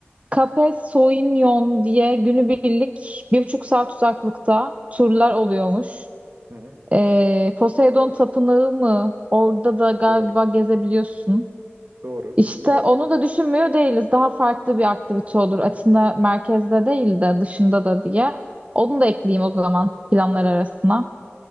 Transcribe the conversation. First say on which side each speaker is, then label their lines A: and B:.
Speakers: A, on the right; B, on the right.
A: Cape Sauvignon diye günübirlik bir buçuk saat uzaklıkta turlar oluyormuş.
B: hı. hı.
A: Ee, Poseidon Tapınağı mı? Orada da galiba
B: Doğru,
A: gezebiliyorsun.
B: doğru,
A: İşte
B: doğru.
A: onu da düşünmüyor değiliz. Daha farklı bir aktivite olur. Atina merkezde değil de dışında da diye. Onu da ekleyeyim o zaman planlar arasına.